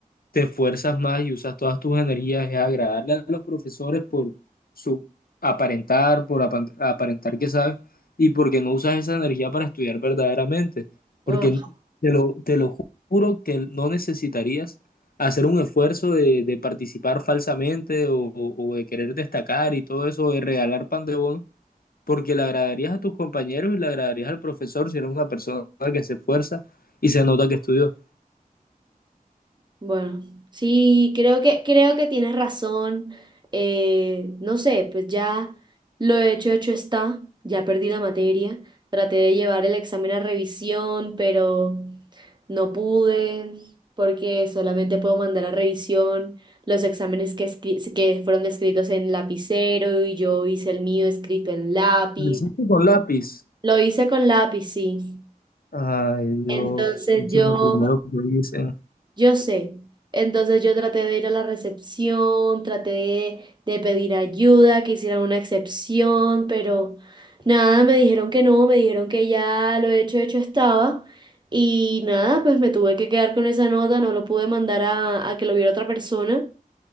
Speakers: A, on the left (about 80°); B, on the right (about 30°).
A: te esfuerzas más y usas todas tus energías es agradarle a los profesores por su aparentar, por apan- aparentar que sabes, y porque no usas esa energía para estudiar verdaderamente. Porque
B: Ah,
A: te lo, te lo ju- juro que no necesitarías hacer un esfuerzo de, de participar falsamente o, o- o de querer destacar y todo eso, de regalar pan de bono, porque le agradarías a tus compañeros y le agradarías al profesor si eres una persona que se esfuerza y se nota que estudió.
B: Bueno, sí, creo que, creo que tienes razón. Eh, no sé, pues ya lo hecho, hecho está. Ya perdí la materia. Traté de llevar el examen a revisión, pero no pude porque solamente puedo mandar a revisión los exámenes que, escri- que fueron escritos en lapicero y yo hice el mío escrito en lápiz.
A: Lo hiciste con lápiz.
B: Lo hice con lápiz, sí.
A: Ay, Dios,
B: Entonces
A: eso
B: yo...
A: es lo primero que dicen.
B: Yo sé. Entonces yo traté de ir a la recepción, traté de, de pedir ayuda, que hicieran una excepción, pero nada, me dijeron que no, me dijeron que ya lo hecho, hecho estaba. Y nada, pues me tuve que quedar con esa nota, no lo pude mandar a, a que lo viera otra persona